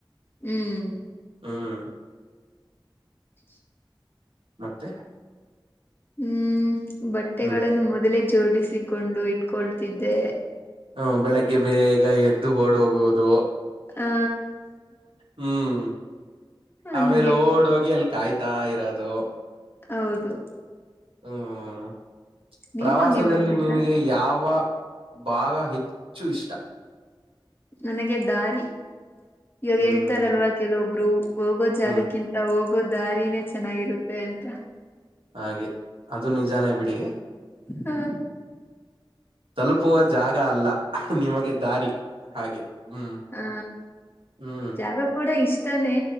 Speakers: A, on the left (about 25°); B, on the right (about 85°).
A: ಹ್ಮ್
B: ಹ್ಮ್
A: <inaudible>
B: ಮತ್ತೆ
A: ಹ್ಮ್ ಬಟ್ಟೆಗಳನ್ನು
B: ಹ್ಮ್
A: ಮೊದಲೇ ಜೋಡಿಸಿಕೊಂಡು ಇಟ್ಕೊಳ್ತಿದ್ದೆ
B: ಹ್ಮ ಬೆಳಗ್ಗೆ ಬೇಗ ಎದ್ದು ಓಡ್ ಹೋಗುವುದು
A: ಆ
B: ಹ್ಮ್
A: ಹಂಗೆ
B: ಆಮೇಲೆ ಓಡ್ ಹೋಗಿ ಎ ಕಾಯ್ತಾ ಇರೋದು
A: ಹೌದು
B: ಹ್ಮ
A: ನೀವು
B: ಪ್ರವಾಸದಲ್ಲಿ
A: ಹಂಗೆ ಮಾಡ್ತಿದ್ರಾ
B: ನಿನಗೆ ಯಾವ ಬಾಗ ಹೆಚ್ಚು ಇಷ್ಟ
A: ನನಗೆ ದಾರಿ ಇವಾಗ
B: ಹ್ಮ್
A: ಹೇಳ್ತಾರಲ್ವಾ ಕೆಲವೊಬ್ರು ಹೋಗೋ ಜಾಗಕ್ಕಿಂತ
B: ಹ್ಮ್
A: ಹೋಗೋ ದಾರಿನೇ ಚೆನ್ನಾಗಿರುತ್ತೆ ಅಂತ
B: ಹಾಗೆ ಅದು ನಿಜಾನೇ ಬಿಡಿ
A: ಹ
B: ತಲುಪುವ ಜಾಗ ಅಲ್ಲ ನಿಮಗೆ ದಾರಿ ಹಾಗೆ ಹ್ಮ್
A: ಹಾ
B: ಹ್ಮ್
A: ಜಾಗ ಕೂಡ ಇಷ್ಟಾನೇ